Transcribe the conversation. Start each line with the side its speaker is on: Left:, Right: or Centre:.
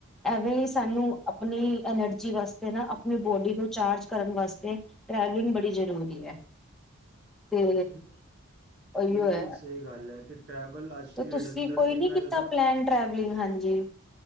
Centre: ਐਵੇਂ ਹੀ ਸਾਨੂੰ ਆਪਣੀ ਐਨਰਜੀ ਵਾਸਤੇ ਨਾ ਆਪਣੀ ਬੋਡੀ ਨੂੰ ਚਾਰਜ ਕਰਨ ਵਾਸਤੇ ਟਰੈਵਲਿੰਗ ਬੜੀ ਜ਼ਰੂਰੀ ਹੈ। ਤੇ
Right: ਬਿਲਕੁਲ
Centre: ਉਹੀਓ
Right: ਬਿਲਕੁਲ
Centre: ਹੈ
Right: ਸਹੀ ਗੱਲ ਹੈ ਕਿ ਟਰੈਵਲ ਆਸ਼ੀਵਾਦ
Centre: ਤੇ ਤੁਸੀਂ
Right: ਅੰਦਰ
Centre: ਕੋਈ
Right: ਇੰਨਾ
Centre: ਨੀ ਕੀਤਾ
Right: ਜ਼ਿਆਦਾ
Centre: ਪਲੈਨ ਹਾਂਜੀ